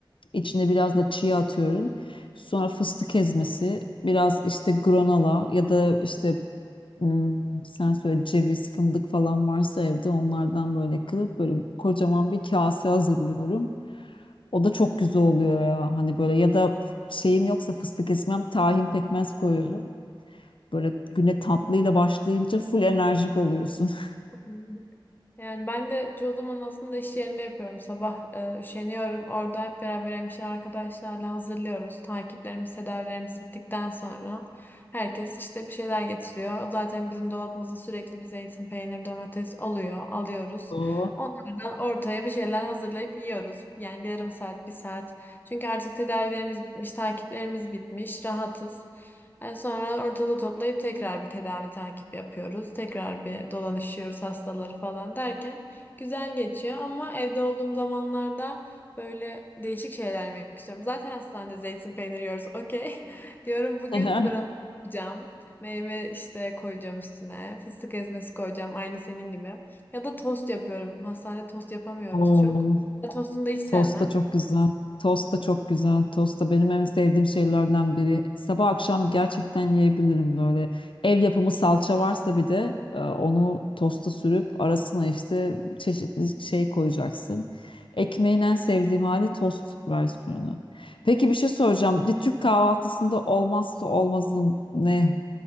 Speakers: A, on the left (about 70°); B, on the left (about 20°).
A: İçine biraz da chia atıyorum. Sonra fıstık ezmesi, biraz işte granola ya da işte hmm, sen söyle ceviz, fındık falan varsa evde onlardan böyle kırıp böyle kocaman bir kase hazırlıyorum. O da çok güzel oluyor ya. Hani böyle ya da şeyim yoksa fıstık ezmem, tahin pekmez koyuyorum. Böyle güne tatlıyla başlayınca full enerjik oluyorsun. <laughs>
B: hı. Yani ben de çoğu zaman aslında iş yerinde yapıyorum. Sabah e, üşeniyorum. Orada hep beraber hemşire arkadaşlarla hazırlıyoruz. Takiplerimiz, tedavilerimiz bittikten sonra herkes işte bir şeyler getiriyor. Zaten bizim dolabımızda sürekli bir zeytin, peynir, domates oluyor. Alıyoruz.
A: Oo.
B: Onlardan ortaya bir şeyler hazırlayıp yiyoruz. Yani bir yarım saat, bir saat. Çünkü artık tedavilerimiz bitmiş, takiplerimiz bitmiş. Rahatız. E, sonra ortada toplayıp tekrar bir tedavi takip yapıyoruz. Tekrar bir dolanışıyoruz hastaları falan derken güzel geçiyor ama evde olduğum zamanlarda böyle değişik şeyler yemek istiyorum. Zaten hastanede zeytin peyniri yiyoruz. Okey. <laughs> Diyorum bugün
A: <laughs>
B: granola yapacağım. Meyve işte koyacağım üstüne. Fıstık ezmesi koyacağım aynı senin gibi. Ya da tost yapıyorum. Hastanede tost yapamıyoruz
A: Oo.
B: çok. Tostunu da hiç sevmem.
A: Tost da çok güzel. Tost da çok güzel. Tost da benim en sevdiğim şeylerden biri. Sabah akşam gerçekten yiyebilirim böyle. Ev yapımı salça varsa bir de e, onu tosta sürüp arasına işte çeşitli şey koyacaksın. Ekmeğin en sevdiğim hali tost versiyonu. Peki bir şey soracağım. Bir Türk kahvaltısında olmazsa olmazın ne